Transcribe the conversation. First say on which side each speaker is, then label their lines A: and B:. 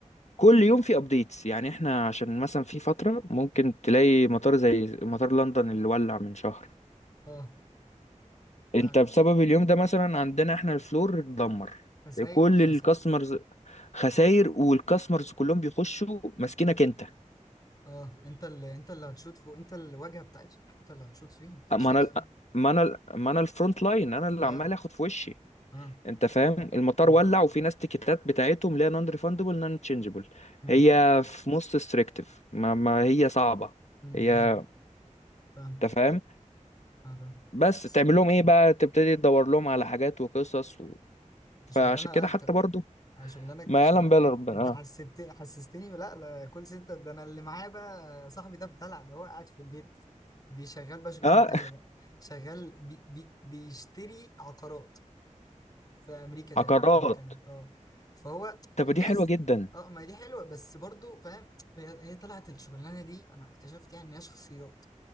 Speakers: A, on the left; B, on the left.
A: كل يوم في ابديتس يعني احنا عشان مثلا في فترة ممكن تلاقي مطار زي مطار لندن اللي ولع من شهر
B: اه
A: انت
B: معاك
A: بسبب اليوم ده مثلا عندنا احنا الفلور اتدمر
B: خساير
A: كل
B: خساير
A: الكاستمرز خساير والكاستمرز كلهم بيخشوا ماسكينك انت
B: اه انت اللي انت اللي هتشوط فوق انت الواجهه بتاعته انت اللي هتشوط فيه انت
A: ما
B: تشوط
A: انا
B: فيه
A: ما انا ما انا الفرونت لاين انا اللي
B: اه
A: عمال اخد في وشي
B: اه
A: انت فاهم المطار
B: امم
A: ولع وفي ناس تيكتات بتاعتهم لا نون ريفاندبل نون تشينجبل
B: امم
A: هي في موست ستريكتيف ما, ما هي صعبة
B: امم
A: هي
B: امم فاهمك
A: انت فاهم
B: اه فاهم
A: بس تعمل
B: بس الحمد
A: لهم ايه
B: لله
A: بقى تبتدي تدور لهم على حاجات وقصص و... فعشان
B: شغلانه
A: كده
B: انت
A: حتى برضو
B: انا شغلانك
A: ما
B: شغل
A: يعلم بها الا ربنا
B: انت
A: اه
B: حسست حسستني لا لا كول سنتر ده انا اللي معايا بقى صاحبي ده بدلع ده هو قاعد في البيت بيشغل بقى شغلانه
A: اه
B: تانية بقى شغال بي بي بيشتري عقارات في امريكا تقريبا
A: عقارات
B: او كندا اه فهو
A: طب
B: الناس
A: دي حلوة جدا
B: اه ما دي حلوه بس برضو فاهم هي هي طلعت الشغلانه دي انا اكتشفت يعني ان هي شخصيات